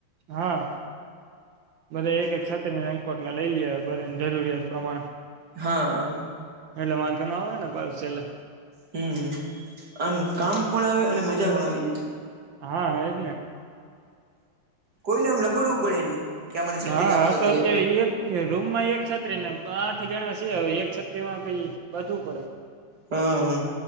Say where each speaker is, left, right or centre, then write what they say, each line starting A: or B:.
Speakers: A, on the right; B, on the right.
A: હા બધ એક એક સાથેં કોર્ટને લઈ લઈએ બધને જરૂરિયાત પ્રમાણે
B: હા
A: એટલે વાંધ તો ન ના આવે ને કો છેલ્લે
B: હમ આમ કામ પણ આવે અને મજા પણ આવી જાય
A: હા એ જ ને
B: કોઈને આમ લબડવું પડે નહી ક્યાં મને છત્રી
A: હા
B: આપ
A: હા
B: છત
A: તો અત્યારે એક રૂમમાં એક છત્રી ને આઠ જણા છે હ એક છત્રી માં પી બધું પડે
B: હા